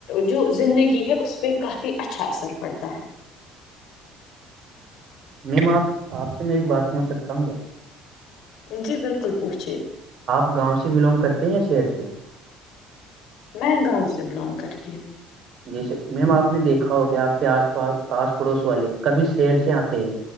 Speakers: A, on the left; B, on the right.
A: جو زندگی ہے اس پہ کافی اچھا اثر پڑتا ہے
B: میم آپ آپ سے میں ایک بات پوچھ سکتا ہوں کیا
A: جی بالکل پوچھیے
B: آپ گاؤں سے بلونگ کرتے ہیں یا شہر سے
A: میں گاؤں سے بلونگ کرتی ہوں
B: جی سر میم آپ نے دیکھا ہوگیا آپ کے آس پاس آس پڑوس والے کبھی شیر سے آتے ہیں